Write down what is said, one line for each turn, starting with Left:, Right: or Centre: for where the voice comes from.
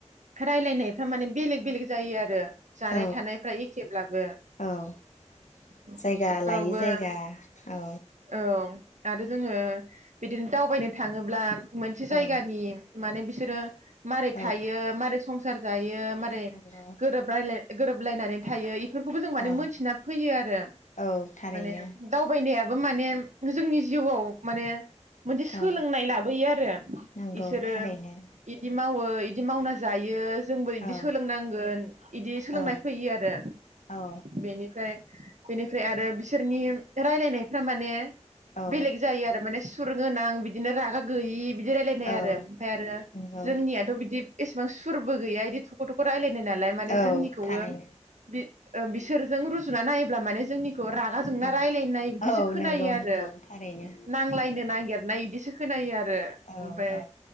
Right: रायलायनाय बोला माने बेलेग बेलेग जायो आरो। जानाय
Left: औ
Right: थानायफ्रा एखेब्लाबो
Left: औ
Right: बेफोरावबो
Left: जायगा लायै जायगा औ
Right: औ आरो जोङो बिदिनो दावबायनो थाङोब्ला मोनसे जायगानि
Left: औ
Right: माने बिसोरो मारै
Left: औ
Right: थायो मारै संसार जायो। मारै
Left: नंगौ
Right: गोरोब रायलाय गोरोबलायनानै थायो। बेफोरखौबो जों माने
Left: औ
Right: मोनथिना फैयो आरो
Left: औ थारैनो
Right: माने दावबायनाया माने जोंनि जिउआव माने मोनसे सोलोंनाय
Left: औ
Right: लाबोयो आरो
Left: नंगौ
Right: बिसोरो
Left: थारैनो
Right: बिदि मावो। बिदि मावना जायो। जोंबो बिदि
Left: औ
Right: सोलोंनांगोन बिदि सोलोंनाय
Left: औ
Right: फैयो आरो
Left: औ
Right: बेनिफ्राय बेनिफ्राय आरो बिसोरनि रायलायनायफ्रा माने
Left: औ
Right: बेलेग जायो आरो माने सुर गोनां बिदिनो रागा गैयि। बिदि रायलायनाय
Left: औ
Right: आरो ओमफाय आरो
Left: नंगौ
Right: जोंनियाथ' बिदि एसेबां सुरबो गैया बिदि थख' थख' रायलायनाय नालाय माने
Left: औ
Right: जोंनिखौबो
Left: थारैनो
Right: बि ओ बिसोरजों रुजुना नायोब्ला माने जोंनि खौ रागा जोंना
Left: औ
Right: रायलायनाय बिदिसो
Left: औ
Right: खोनायो
Left: नंगौ नंगौ
Right: आरो।
Left: थारैनो
Right: नांलायनो नांगेर नाय इदिसो खोनायो आरो रो
Left: औ
Right: ओमफाय
Left: औ